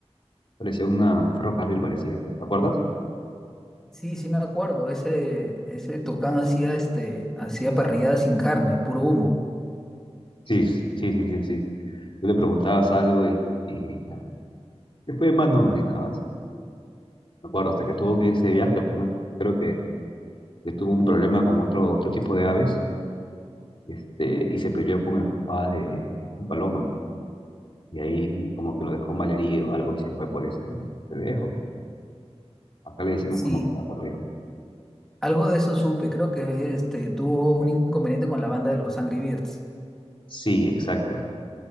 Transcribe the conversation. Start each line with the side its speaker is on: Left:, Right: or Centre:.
Left: parecía una, un ferrocarril, parecía, ¿te acuerdas?
Centre: Sí, sí me acuerdo. Ese, ese Tucán hacía este, hacía parrilladas sin carne, puro humo.
Left: Sí, sí, sí, sí, sí. Tú le preguntabas algo y, y gritaba, ¿qué fue, mano? Gritaba así, me acuerdo, hasta que tuvo que irse de viaje, pues no, creo que que tuvo un problema con otro, otro tipo de aves, este, y se peleó con el papá de una paloma, y ahí como que lo dejó malherido o algo y se fue por eso, se lejos. Acá le decimos
Centre: Sí,
Left: como que está corrido.
Centre: algo de eso supe. Creo que este tuvo un inconveniente con la banda de los Angry Birds.
Left: Sí, exacto.